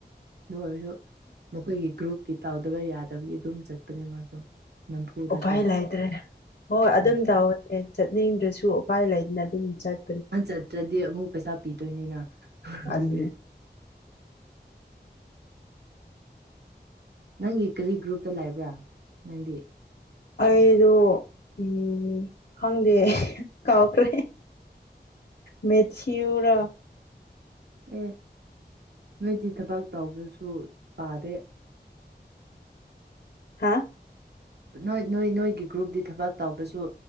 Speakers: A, on the right; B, on the left.
A: ꯂꯣꯢ ꯃꯈꯣꯢꯒꯤ ꯒ꯭ꯔꯨꯞꯀꯤ ꯇꯥꯎꯗꯕ ꯌꯥꯗꯕꯒꯤ ꯑꯗꯨꯝ ꯆꯠꯄꯅꯦ ꯃꯥꯁꯨ ꯅꯝꯐꯨꯗ
B: ꯎꯄꯥꯢ
A: ꯆꯠꯄ
B: ꯂꯩꯇ꯭ꯔꯦ ꯍꯣꯢ ꯑꯗꯨꯝ
A: ꯎꯝ
B: ꯇꯧꯋꯦ ꯑꯦ ꯆꯠꯅꯤꯡꯗ꯭ꯔꯁꯨ ꯎꯄꯥꯢ ꯂꯩꯗꯅ ꯑꯗꯨꯝ ꯆꯠ
A: ꯃꯥ ꯆꯠꯇ꯭ꯔꯗꯤ ꯑꯃꯨꯛ ꯄꯩꯁꯥ ꯄꯤꯗꯣꯢꯅꯤꯅ ꯑꯗꯨꯒꯤ
B: ꯑꯗꯨꯅꯦ
A: ꯅꯪꯒꯤ ꯀꯔꯤ ꯒ꯭ꯔꯨꯞꯇ ꯂꯩꯥꯛꯕ꯭ꯔꯥ ꯅꯪꯗꯤ
B: ꯑꯩꯗꯣ ꯎ ꯈꯪꯗꯦ ꯀꯥꯎꯈ꯭ꯔꯦ ꯃꯦꯊꯤꯌꯨꯔ
A: ꯑꯦ ꯅꯣꯢꯗꯤ ꯊꯕꯛ ꯇꯧꯕꯁꯨ ꯄꯥꯗꯦ
B: ꯍꯥꯥ
A: ꯅꯣꯢ ꯅꯣꯢ ꯅꯣꯢꯒꯤ ꯒ꯭ꯔꯨꯞꯇ ꯊꯕꯛ ꯇꯧꯕꯁꯨ